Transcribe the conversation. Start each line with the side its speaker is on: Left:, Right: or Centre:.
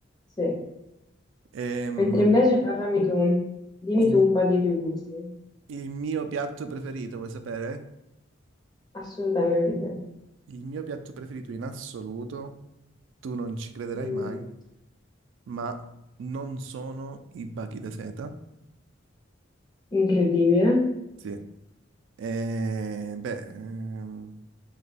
Left: sì.
Right: Ehm,
Left: Mentre invece parlami tu, dimmi
Right: il,
Left: tu un po' dei tuoi gusti.
Right: il mio piatto preferito, vuoi sapere?
Left: Assolutamente.
Right: Il mio piatto preferito in assoluto, tu non ci crederai
Left: Mm.
Right: mai, ma non sono i bachi da seta.
Left: Incredibile.
Right: Sì. Eh, beh, ehm,